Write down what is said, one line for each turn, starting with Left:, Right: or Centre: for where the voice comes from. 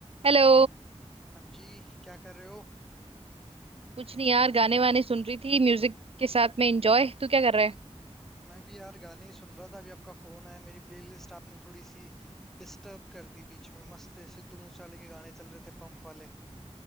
Right: Hello
Centre: हाँ जी क्या कर रहे हो
Right: कुछ नहीं यार गाने वाने सुन रही थी म्यूजिक के साथ में एंजॉय तू क्या कर रहा
Centre: मैं भी यार गाने ही सुन रहा था अभी आपका फोन आया मेरी प्लेलिस्ट आपने थोड़ी सी डिस्टर्ब कर दी बीच में मस्त सिद्धू मूसेवाले के गाने चल रहे थे पंप वाले